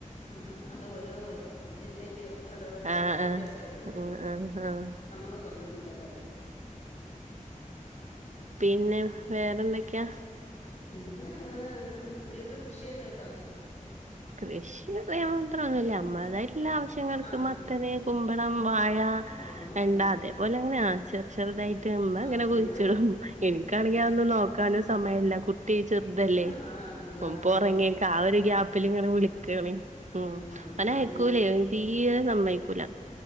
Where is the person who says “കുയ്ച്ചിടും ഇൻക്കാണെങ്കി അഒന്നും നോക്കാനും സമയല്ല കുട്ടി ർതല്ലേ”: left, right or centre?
Right